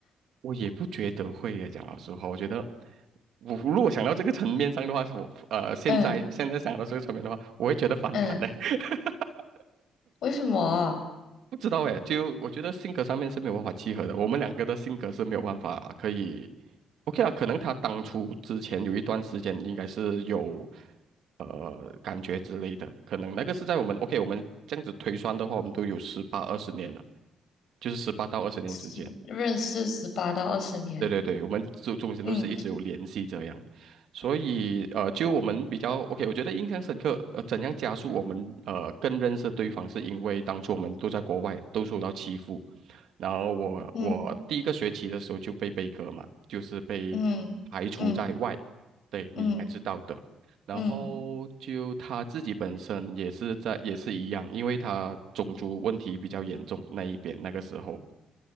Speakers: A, on the right; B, on the left.
A: 我也不觉得会耶，讲老实话，我觉得我如果想到这个层面上的话，我呃现在现在想到这个层面的话，
B: 嗯
A: 我会觉得反感的。
B: 嗯，
A: <laughs>
B: 为什么？
A: 不知道诶，就我觉得性格上面是没有办法契合的，我们两个的性格是没有办法可以，OK 啊，可能他当初之前有一段时间应该是有呃感觉之类的，可能那个是在我们 OK 我们这样子推算的话，我们都有十八二十年了，就是十八到二十年之间。
B: 十认识十八到二十年，
A: 对对对，我们中中间都是一直有联系这样，
B: 嗯
A: 所以呃，就我们比较 OK，我觉得印象深刻。呃，怎样加速我们呃更认识对方，是因为当初我们都在国外都受到欺负，然后我我第一个学期的时候就被被歌嘛，
B: 嗯
A: 就是被排除在外，
B: 嗯嗯
A: 对你应该知道的。
B: 嗯
A: 然后就他自己本身也是在也是一样，
B: 嗯，
A: 因为他种族问题比较严重那一边那个时候。